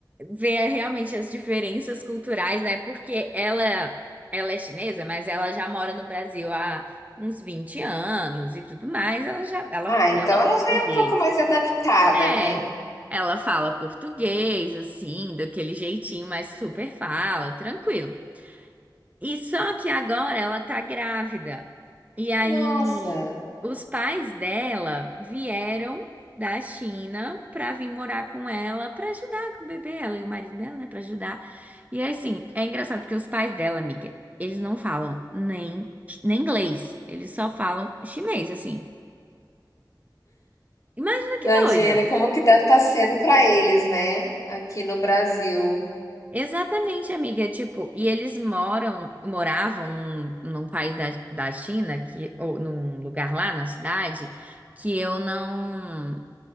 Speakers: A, on the right (about 20°); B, on the left (about 45°).
A: ver realmente as diferenças culturais, né? Porque ela, ela é chinesa, mas ela já mora no Brasil há uns 20 anos e tudo mais. Ela já, ela
B: Ah,
A: fala
B: então ela
A: português.
B: já é um pouco mais adaptada,
A: É,
B: né?
A: ela fala português, assim, daquele jeitinho, mas super fala, tranquilo. E só que agora ela tá grávida. E aí,
B: Nossa,
A: os pais dela vieram da China pra vir morar com ela, pra ajudar com o bebê, ela e o marido dela, né, pra ajudar. E aí, assim, é engraçado porque os pais dela, amiga, eles não falam nem, nem inglês, eles só falam chinês, assim. Imagina que
B: imagina
A: doido.
B: como que deve estar sendo pra eles, né? Aqui no Brasil.
A: Exatamente, amiga. É Tipo, e eles moram, moravam num, num país da, da China, que, ou num lugar lá na cidade, que eu não.